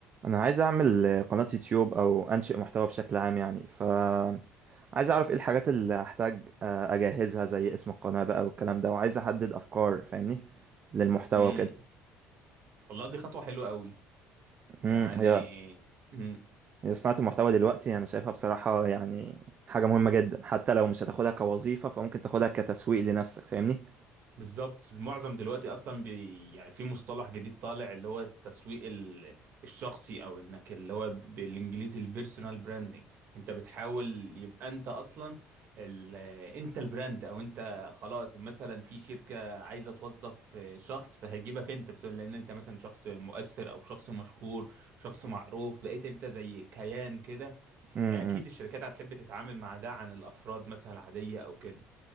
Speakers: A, on the right; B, on the right.
A: انا عايز اعمل قناة يوتيوب او انشئ محتوى بشكل عام يعني ف عايز اعرف ايه الحاجات اللي هحتاج آه، اجهزها زي اسم القناة بقى والكلام ده وعايز احدد افكار فاهمني للمحتوى
B: امم
A: وكده
B: والله دي خطوة حلوة قوي
A: امم
B: يعني
A: هي
B: امم
A: هي صناعة المحتوى دلوقتي انا شايفها بصراحة يعني حاجة مهمة جدا حتى لو مش هتاخدها كوظيفة فممكن تاخدها كتسويق لنفسك فاهمني
B: بالظبط المعظم دلوقتي اصلا بي يعني في مصطلح جديد طالع اللي هو التسويق ال- الشخصي او انك اللي هو ب- بالانجليزي البيرسونال براندنج انت بتحاول يبقى انت اصلا ال... انت البراند او انت خلاص مثلا في شركة عايزة توظف شخص فهجيبك انت بسبب لان انت مثلا شخص مؤثر او شخص مشهور شخص معروف بقيت انت زي كيان كده
A: امم
B: فاكيد الشركات هتحب تتعامل مع ده عن الافراد مثلا عادية او كده